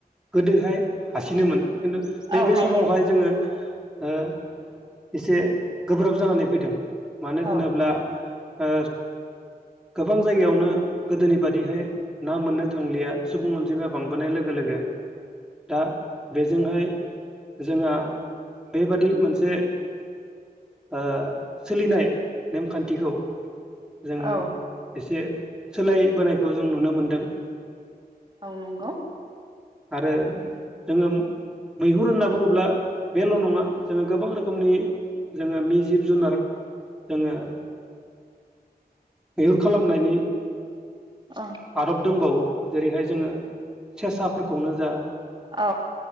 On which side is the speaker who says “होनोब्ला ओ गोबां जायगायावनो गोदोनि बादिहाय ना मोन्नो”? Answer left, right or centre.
Centre